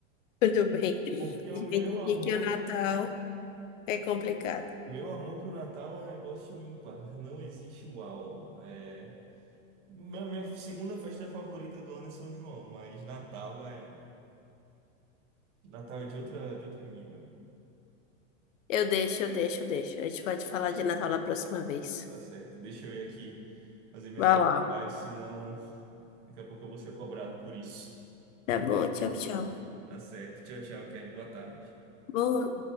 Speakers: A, on the left; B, on the right.
A: Tudo bem.
B: Porque o
A: Dividir
B: meu amor,
A: que o Natal é complicado.
B: meu amor pro Natal é um negócio ímpar, não existe igual. É, Minha, minha segunda festa favorita do ano é São João, mas Natal é Natal é de outra, de outro nível.
A: Eu deixo, eu deixo, eu deixo. A gente pode falar de Natal na próxima vez.
B: Tá certo. Deixa eu ir aqui fazer minhas
A: Vai
B: atividades,
A: lá.
B: senão daqui a pouco eu vou ser cobrado por isso.
A: Tá bom, tchau, tchau.
B: Tá certo. Tchau, tchau, Kelly. Boa tarde.
A: Boa.